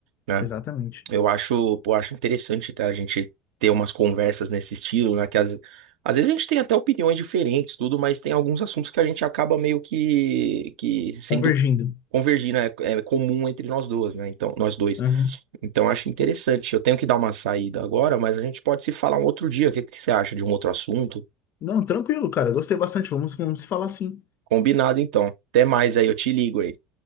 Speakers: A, on the right (about 70°); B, on the left (about 40°).
A: né?
B: Exatamente.
A: Eu acho, eu acho interessante, tá? A gente ter umas conversas nesse estilo, né? Que às, às vezes a gente tem até opiniões diferentes, tudo, mas tem alguns assuntos que a gente acaba meio que, que sendo
B: Convergindo.
A: convergir, né? É comum entre nós duas, né? Então, nós dois.
B: Aham.
A: Então, eu acho interessante. Eu tenho que dar uma saída agora, mas a gente pode se falar um outro dia. O que que você acha de um outro assunto?
B: Não, tranquilo, cara. Gostei bastante. Vamos, vamos se falar assim.
A: Combinado, então. Até mais aí, eu te ligo aí.